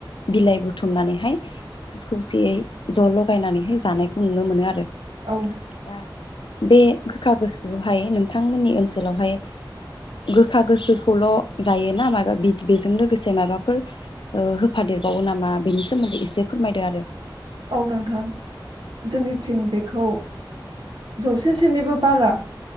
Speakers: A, on the left; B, on the right.
A: बिलाइ बुथुमनानैहाय खौसेयै ज' लगायनानैहाय जानायखौ नुनो मोनो आरो। दा
B: औ
A: बे गोखा गोखैखौहाय नोंथांमोननि ओनसोलावहाय गोखा गोखैखौल' जायोना मायबा बेद बेजों लोगोसे मायबाफोर ओ होफादेरबावो नामा बेनि सोमोन्दै एसे फोरमायदो आरो ।
B: औ नोंथां जोंनिथिं बेखौ जौसेसोनिबो बारा